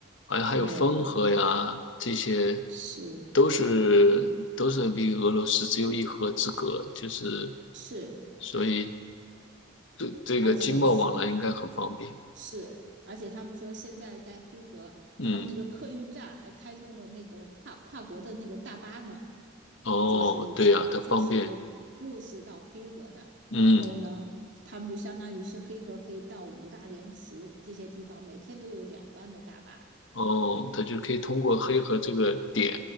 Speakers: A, on the left; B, on the right.
A: 好像还有汾河呀，
B: 对，
A: 这些
B: 是
A: 都是都是离俄罗斯只有一河之隔，就是
B: 是，
A: 所以这这个经贸往来应该很方便。
B: 而且是，而且他们说现在在黑河，
A: 嗯
B: 他们那个客运站还开通了那个跨跨国的那个大巴呢，
A: 哦，
B: 就是有说是
A: 对呀，它方便。
B: bus 到黑河的，然后呢，
A: 嗯
B: 他们就相当于是黑河可以到五大连池这些地方，每天都有两班的大巴。
A: 哦，它就可以通过黑河这个点